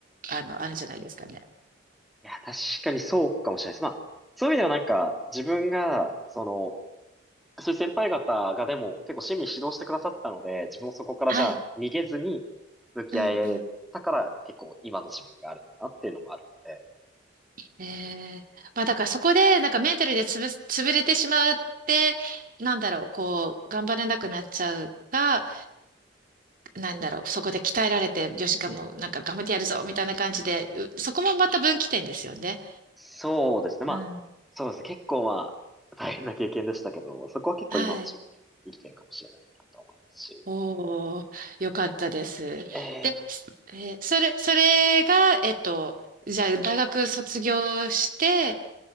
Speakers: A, on the right; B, in the centre.
A: あの、あるんじゃないですかね。
B: いや、確かにそうかもしれないです。まあ、そういう意味ではなんか、自分が、その、そういう先輩方がでも結構親身に指導してくださったので、自分もそこからじゃあ逃げずに向き合えたから結構今の自分があるのかなっていうのもあるので、
A: はい。うんうん。ええまあだからそこで、なんかメンタルで潰す、潰れてしまって、なんだろう、こう、頑張れなくなっちゃうか、なんだろう、そこで鍛えられて、よし、がもう、なんか頑張ってやるぞ、みたいな感じで、うそこもまた分岐点ですよね。
B: そうですね。まあ、
A: うん
B: そうですね。結構まあ、大変な経験でしたけど、そこは結構今の自分にも生きてるかもしれないなと思いますし。
A: はい。おー、よかったです。
B: ええ
A: で、すえーそれ、それが、えっと、じゃあ、大学卒業して、